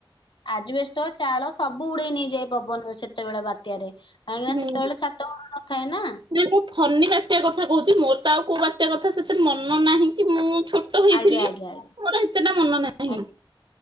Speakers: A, on the left; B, on the right.
A: ଆଜବେଷ୍ଟ, ଚାଳ ସବୁ ଉଡେଇ ନେଇଯାଏ ପବନ ସେତେବେଳ ବାତ୍ୟାରେ। କାହିଁକି ନା
B: ହୁଁ।
A: ସେତେବେଳେ ଛାତ ଘର ନଥାଏ ନା
B: ନାଇଁ ମୁଁ ଫନି ବାତ୍ୟା କଥା କହୁଛି, ମୋର ତ ଆଉ କୋଉ ବାତ୍ୟା ଏତେ କଥା ସେତେ ମନ ନାହିଁ କି ମୁଁ ଛୋଟ ହେଇଥିଲି,
A: ଆଜ୍ଞା ଆଜ୍ଞା
B: ମୋର ଏତେଟା ମନ ନାହିଁ।
A: ଆଜ୍ଞା